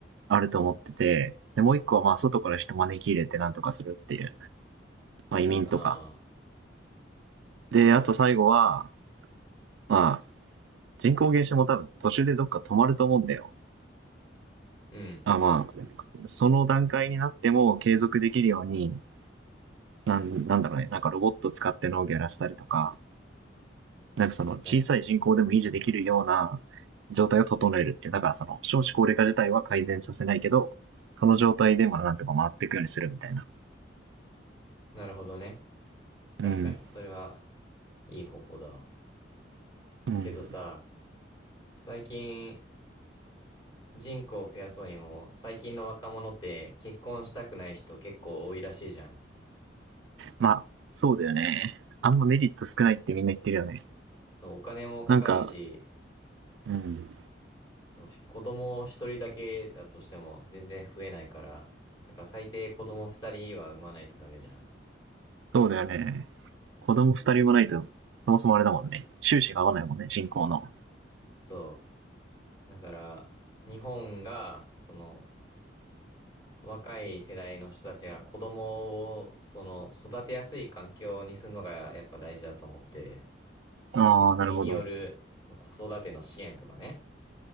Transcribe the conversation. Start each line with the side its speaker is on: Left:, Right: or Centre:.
Right: あると思ってて、で、もう一個はまあ外から人招き入れてなんとかするっていう、まあ移民とか。
Left: ああ、
Right: で、あと最後は、まあ人口減少も多分途中でどっか止まると思うんだよ。
Left: うん。
Right: あまあ、その段階になっても継続できるように、なんなんだろうね、なんかロボット使って農業やらせたりとか、なんかその小さい人口でも維持できるような
Left: なるほど。
Right: 状態を整えるっていう、だからその少子高齢化自体は改善させないけど、その状態でまあなんとか回っていくようにするみたいな。
Left: なるほどね。確かに、
Right: うん。
Left: それはいい方法だわ。
Right: うん。
Left: けどさ、最近人口を増やそうにも、最近の若者って結婚したくない人結構多いらしいじゃん。
Right: まあ、そうだよね。あんまメリット少ないってみんな言ってるよね。
Left: そう、お金もかかるし、
Right: なんか、うん。
Left: そう、子供一人だけだとしても全然増えないから、やっぱ最低子供二人は産まないとダメじゃん。
Right: そうだよね。子供二人もないと、そもそもあれだもんね。収支が合わないもんね、人口の。
Left: そう。だから、日本が、その、若い世代の人たちが子供を、その、育てやすい環境にするのがやっぱ大事だと思って、
Right: ああ、
Left: その国による、
Right: なるほど。
Left: その子育ての支援とかね。